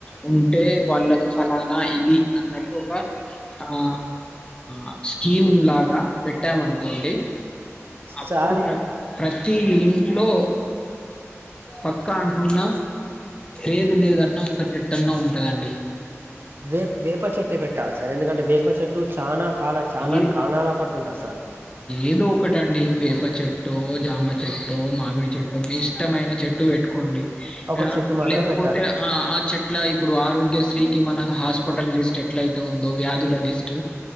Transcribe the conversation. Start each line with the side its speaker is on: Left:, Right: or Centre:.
Left: ఉ అంటే వాళ్ళకి ఫలానా ఇది అన్నట్టు ఒక ఆ ఆ స్కీమ్ లాగా పెట్టాం అనుకోండి అప్పుడు
Right: సార్
Left: ప్ర ప్రతి ఇంట్లో పక్కా అంటున్నా ఏది లేదన్న ఒక చెట్టన్న ఉంటదండి.
Right: వే వేప చెట్టే పెట్టాలి సార్ ఎందుకంటే వేప చెట్టు చానా కాలా చానా
Left: ఏ
Right: కణాల పటు ఉంటది సార్.
Left: ఏదో ఒకటండి వేప చెట్టు, జామ చెట్టు మామిడి చెట్టు మీ ఇష్టమైన చెట్టు పెట్టుకోండి
Right: ఒక
Left: ఆ
Right: చెట్టు మాత్రం
Left: లేకపోతే
Right: పెట్టాలి
Left: ఆ ఆ చెట్టు ఇట్లా ఇప్పుడు ఆరోగ్యశ్రీకి మనకు హాస్పిటల్ లిస్ట్ ఎట్ల అయితే ఉందో వ్యాధుల లిస్ట్